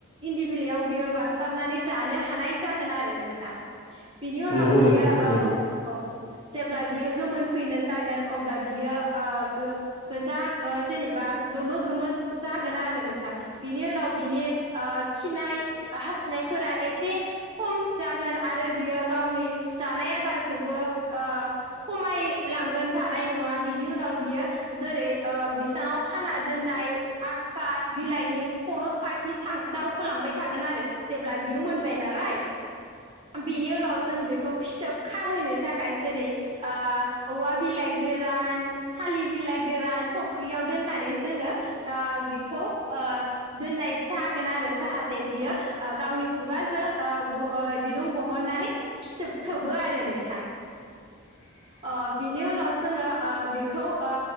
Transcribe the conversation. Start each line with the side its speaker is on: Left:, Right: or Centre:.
Right: इन्दि बिलाइयाव बियो बासथाबनानै जानो हानाय जागोन आरो आरो नोंथां बिनि उनाव
Left: नंगौ नोंथां
Right: बियो
Left: थारैनो
Right: औ औ जेब्ला बियो गोमोन फैनो जागोन अब्ला बियो ओ गो-गोजा ओ जेनेबा गोमो गोमो जागोन आरो आरो नोंथां बिनि उनाव बिनि ओ खिनाय हासुनायफोरा एसे खम जागोन आरो बियो गावनि जानाय आदारखौबो ओ खमाय लांगोन जानाय नङा बिनि उनाव बियो जेरै ओ बैसांङाव खाना दोननाय आकस स्रा बिलाइनि खर' साखि थां दावखोलांबाय थागोन आरो जेब्ला बियो मोनबाय नालाय
Left: <inaudible>
Right: बिनि उनाव जों बेखौ फिथोब खाहोनो थाखाय जेरै ओ औवा बिलाइ गोरान थालिर बिलाइ गोरान थख्रियाव दोननानै जोंङो ओ बेखौ ओ दोननाय जागोन आरो जाहाथे बियो ओ गावनि खुगाजों ओ ब ओ दिरुं बहननानै सिथोब थोबो आरो नोंथां
Left: <inaudible>
Right: अ बिनि उनाव जोङो आ बेखौ आ